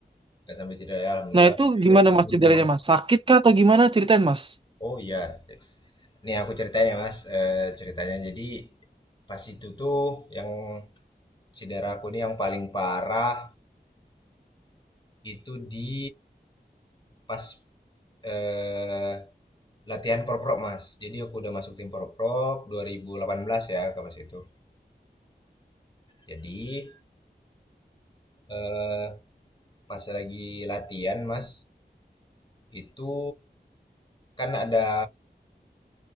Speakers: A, on the left; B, on the right.
A: Gak sampai cedera ya, Alhamdulillah.
B: Nah, itu gimana Mas
A: Beruntung
B: cederanya
A: banget.
B: Mas? Sakit kah atau gimana? Ceritain Mas.
A: Oh iya. Nih aku ceritain ya Mas, Eh, ceritanya. Jadi pas itu tuh yang Cedera aku nih yang paling parah itu di pas eh, latihan proprok mas. Jadi aku udah masuk tim proprok 2018 ya ke pas itu. Jadi eh, pas lagi latihan mas itu kan ada